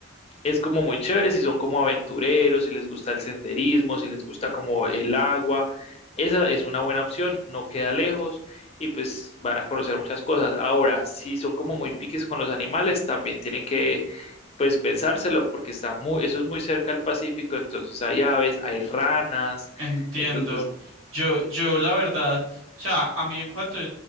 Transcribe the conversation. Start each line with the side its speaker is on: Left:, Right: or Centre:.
Left: es como muy chévere si son como aventureros, si les gusta el senderismo, si les gusta como el agua, esa es una buena opción, no queda lejos y pues van a conocer muchas cosas. Ahora, si son como muy piques con los animales, también tienen que pues pensárselo porque está muy, eso es muy cerca al Pacífico, entonces hay aves, hay ranas,
Right: Entiendo.
Left: entonces,
Right: Yo, yo la verdad, o sea, a mí en cuanto a